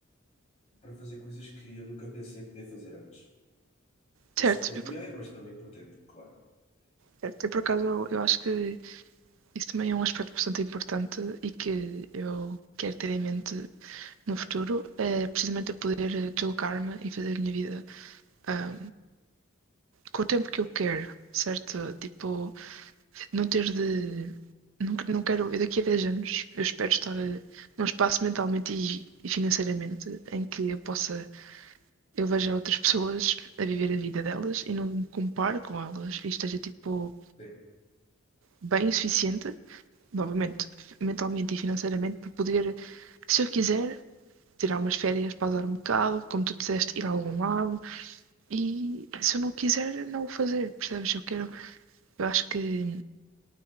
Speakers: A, on the left; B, on the right.
A: para fazer coisas que eu nunca pensei poder fazer antes. Não
B: certo.
A: só por dinheiro,
B: Eu por-
A: mas também por tempo, claro.
B: certo, eu por acaso eu, eu acho que Isso também é um aspecto bastante importante e que eu quero ter em mente no futuro, é precisamente eu poder eh, deslocar-me e fazer a minha vida ah, com o tempo que eu quero, certo? Tipo, não ter de. Não, não quero. Eu daqui a 10 anos, eu espero estar eh, num espaço mentalmente e, e financeiramente em que eu possa. Eu veja outras pessoas a viver a vida delas e não me compare com elas e esteja, tipo,
A: Sim,
B: bem o suficiente novamente, mentalmente e financeiramente, para poder, se eu quiser, tirar umas férias, pausar um bocado, como tu disseste, ir a algum lado. E se eu não quiser, não o fazer, percebes? Eu quero, eu acho que